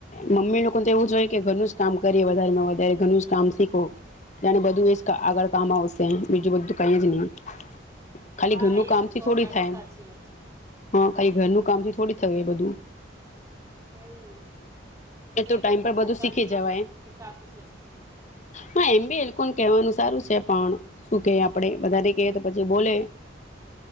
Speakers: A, on the left; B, on the right.
A: મમ્મી લોકો તો એવું જ હોય કે ઘરનું જ કામ કરીએ વધારે વધારે ઘરનું જ કામ શીખો અનેને બધું એ આગળ કામ આવશે બીજું બધું કઈ જ નહી ખાલી
B: હા
A: ઘરનું
B: એ
A: કામ
B: તો
A: થી
B: સો
A: થોડી
B: ટકા
A: થાય
B: સાચી વાત
A: હા ખાલી ઘરનું કામથી થોડી થવે બધું
B: એવું ને એ
A: તો ટાઈમ
B: લોકો
A: પર
B: પોતાની
A: બધું શીખી જવાય
B: હિસાબથી સોચે છે
A: હા એમ બી એ લોકોને કહેવાનું સારું છે પણ શું કે આપડે વધારે કએ તો પછી બોલે